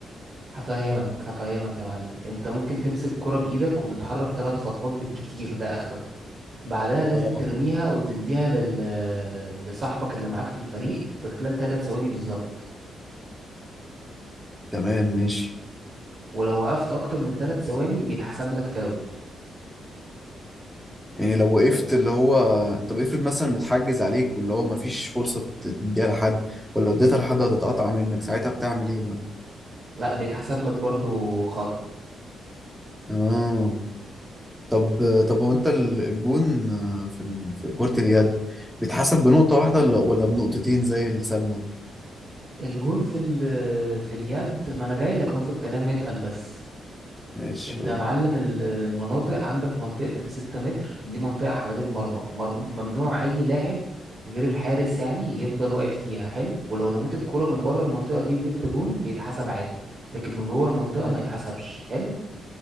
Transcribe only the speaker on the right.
هفهمك هفهمك يا معلم انت ممكن تمسك الكرة بايدك وتتحرك ثلاث خطوات بالكتير ده اخرك بعدها لازم
ترميها وتديها لل... لصاحبك اللي معاك في الفريق في خلال ثلاث ثواني بالظبط
ولو وقفت اكتر من ثلاث ثواني بيتحسب لك فاول
لا بيتحسب لك برضو خطأ
الجون في ال... في اليد ما انا جاي لك اهو في الكلام اتقل بس
انت
يا معلم
ال- المناطق عندك منطقة الستة متر دي منطقة حوالين المرمى مرم- ممنوع أي لاعب غير الحارس يعني يفضل واقف فيها حلو ولو رميت الكرة من بره المنطقة دي وجبت جون بيتحسب عادي لكن من جوه المنطقة
ما يتحسبش حلو